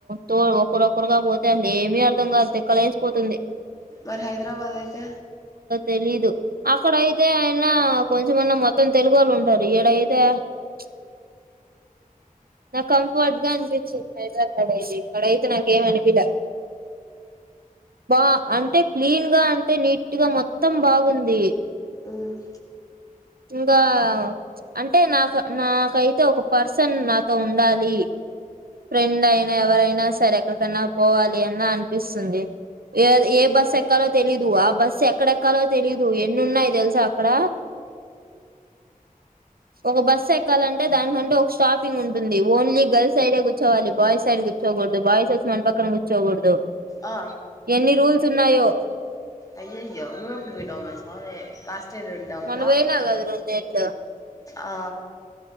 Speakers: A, on the right (about 85°); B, on the left (about 25°).
A: తోడువో ఒకరొకరుగా పోతే అసలు ఏమి అర్థం కాదు తిక్కలేేసిపోతుంది
B: మరి హైదరాబాద్ అయితే
A: తెలీదు అక్కడయితే అయినా కొంచెమన్నా మొత్తం తెలుగు ఒళ్ళు ఉంటారు ఇడయితే ప్చ్ నా కంఫర్ట్ గా అనిపించిద్ హైదరాబాద్ అయితే ఇక్కడ అయితే నాకేం అనిపియలే బా అంటే క్లీన్ గా అంటే నీట్గా మొత్తం బాగుంది
B: ఉమ్
A: ఇంగా అంటే నాకు నాకైతే ఒక పర్సన్ నాతో ఉండాలి ఫ్రెండ్ అయినా ఎవరైనా సరే ఎక్కడికన్నా పోవాలి అన్న అనిపిస్తుంది ఎది ఏ బస్ ఎక్కలో తెలీదు ఆ బస్ ఎక్కడెక్కలో తెలీదు ఎన్ని ఉన్నాయి తెలుసా అక్కడ ఒక బస్ ఎక్కాలంటే దానికంటు ఒక స్టాపింగ్ ఉంటుంది ఓన్లీ గర్ల్స్ సైడే కూర్చోవాలి బాయ్ సైడ్ గుచ్చోకూడదు బాయిస్ వచ్చి మన పక్కన గుచ్చోకూడదు
B: ఆ
A: ఎన్ని రూల్స్ ఉన్నాయో
B: అయ్యాయో నువ్వు ఎప్పుడు పోయినవ్ సామీ కాస్త చేరున్నావు గదా
A: మొన్న పోయినా కదా రెండేళ్లు
B: ఆ